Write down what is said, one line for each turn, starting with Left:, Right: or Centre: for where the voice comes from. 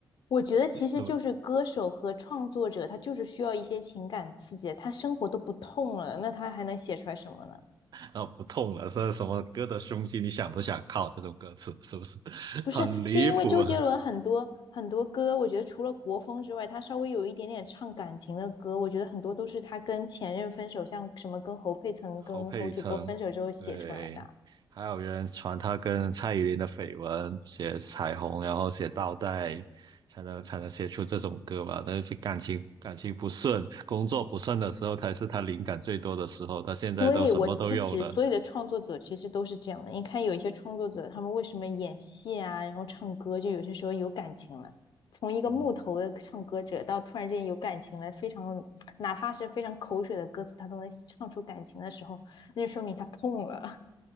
Left: 我觉得其实就是歌手和创作者，
Right: 不？
Left: 他就是需要一些情感刺激的，他生活都不痛了，那他还能写出来什么呢？
Right: 然后不痛了，这是什么歌的胸肌？你想不想靠这种歌词？是不是 <laughs>
Left: 不是，
Right: 很离谱啊？
Left: 是因为周杰伦很多很多歌，我觉得除了国风之外，他稍微有一点点唱感情的歌，我觉得很多都是他跟前任分手，像什么跟侯佩岑、
Right: 侯佩岑，
Left: 跟侯主播分手之后写出来的。
Right: 对，还有人传他跟蔡依林的绯闻，写彩虹，然后写倒带，才能才能写出这种歌吧？那就感情感情不顺，工作不顺的时候，才是他灵感最多的时候。他现在都什么都有了，
Left: 对，我支持所有的创作者，其实都是这样的。你看有一些创作者，他们为什么演戏啊，然后唱歌，就有些时候有感情了。从一个木头的唱歌者到突然之间有感情了，
Right: 嗯，
Left: 非常哪怕是非常口水的歌词，他都能唱出感情的时候，那就说明他痛了。